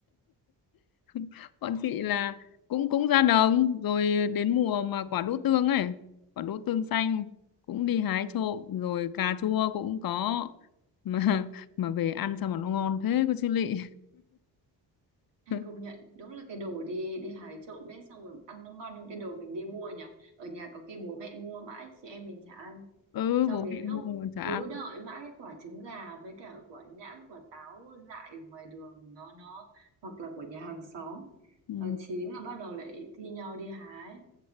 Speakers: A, on the left; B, on the right.
A: <laughs> bọn chị
B: thành
A: là cũng cũng ra đồng rồi đến mùa mà quả đỗ tương ấy quả đỗ tương xanh cũng đi hái trộm rồi cà chua cũng có <laughs> mà mà về ăn sao mà nó ngon thế cô chú lị
B: hay
A: <laughs>
B: công nhận đúng là cái đồ đi đi hái trộm ấy xong rồi ăn nó ngon hơn cái đồ mình đi mua nhỉ ở nhà có khi bố mẹ mua mãi chị em mình chả ăn
A: ừ
B: xong
A: bố
B: đến
A: mẹ
B: lúc
A: mua mà chả
B: cứ
A: ăn
B: đợi mãi cái quả trứng gà với cả quả nhãn quả táo dại ở ngoài đường nó nó hoặc là của nhà hàng xóm
A: ừ.
B: nó chín là bắt đầu lại thi nhau đi hái